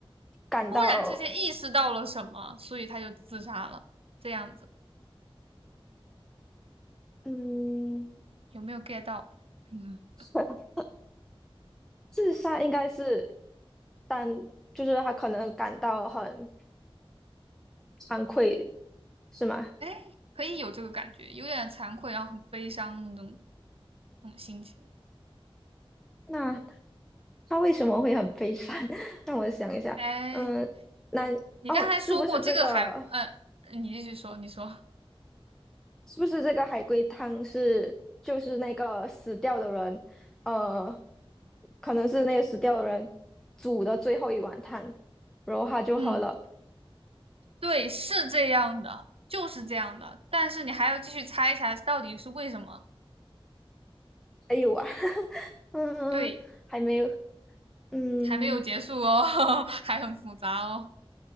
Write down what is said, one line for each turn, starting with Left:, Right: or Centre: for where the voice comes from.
Centre: 感到。
Right: 突然之间意识到了什么，所以他就自杀了，这样子
Centre: 嗯，
Right: 有没有 get 到？<laughs> 嗯。
Centre: <laughs> 自杀应该是但就是他可能感到很惭愧，是吗？
Right: 哎，可以有这个感觉，有点惭愧，然后很悲伤那种那种心情。
Centre: 那他为什么会很悲伤？<laughs> 让我想一下，
Right: 哎，
Centre: 嗯，那哦，
Right: 你刚才说过这个还，
Centre: 是不是这个？
Right: 嗯、呃，你继续说，你说，
Centre: 是不是这个海龟汤是就是那个死掉的人，呃，可能是那个死掉的人煮的最后一碗汤，然后他就喝了。
Right: 嗯，对，是这样的，就是这样的，但是你还要继续猜一下到底是为什么。
Centre: 哎呦啊，<laughs> 嗯，
Right: 对，
Centre: 还没有，嗯，
Right: 还没有结束哦，<laughs> 还很复杂哦，